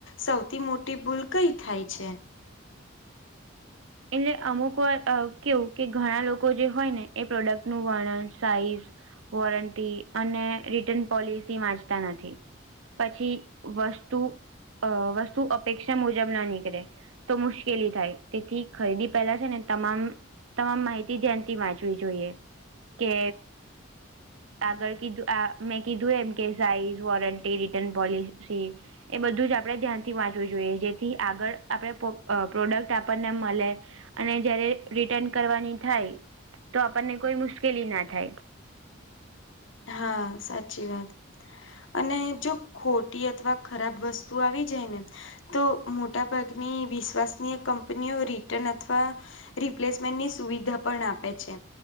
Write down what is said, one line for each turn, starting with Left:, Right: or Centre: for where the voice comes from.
Left: સૌથી મોટી ભૂલ કઈ થાય છે.
Right: એને અમુક વાર અ કેવું કે ઘણા લોકો જે હોય ને એ પ્રોડક્ટ નું વર્ણન સાઈઝ વોરંટી અને રિટર્ન પોલિસી વાંચતા નથી. પછી વસ્તુ અ વસ્તુ અપેક્ષા મુજબ ના નીકળે તો મુશ્કેલી થાય તેથી ખરીદી પેલા છે ને તમામ તમામ માહિતી ધ્યાનથી વાંચવી જોઈએ. કે આગળ કીધું આ મેં કીધું એમ કે સાઇઝ વોરંટી રિટર્ન પોલિસી એ બધું જ આપડણે ધ્યાનથી વાંચવું જોઈએ જેથી આગળ આપડણે પ્રો પ્રોડક્ટ આપણને મળ અને જયારે રિટર્ન કરવાની થાય તો આપણને કોઈ મુશ્કેલી ના થાય.
Left: હા સાચી વાત. અને જો ખોટી અથવા ખરાબ વસ્તુ આવી જાય ને તો મોટા ભાગની વિશ્વાસનીય કંપનીઓ રિટર્ન અથવા રિપ્લેસમેન્ટની સુવિધા પણ આપે છે.